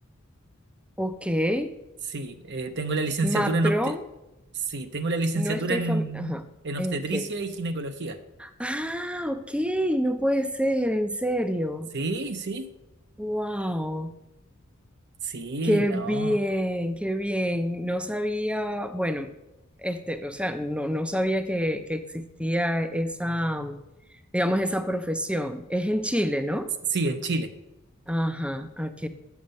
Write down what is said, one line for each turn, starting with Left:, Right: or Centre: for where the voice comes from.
Centre: Ok. Eh,
Right: Sí, eh, tengo la licenciatura
Centre: Matrón,
Right: en obte- sí, tengo la licenciatura
Centre: no estoy
Right: en,
Centre: fam- Ajá.
Right: en obstetricia
Centre: ¿En qué?
Right: y ginecología.
Centre: Ah, ok, no puede ser, en serio.
Right: Sí, sí,
Centre: Wow,
Right: sí,
Centre: qué
Right: no.
Centre: bien, qué bien. No sabía, bueno, este, o sea, no, no sabía que, que existía esa, digamos, esa profesión. Es en Chile, ¿no?
Right: Sí, en Chile.
Centre: Ajá, ok.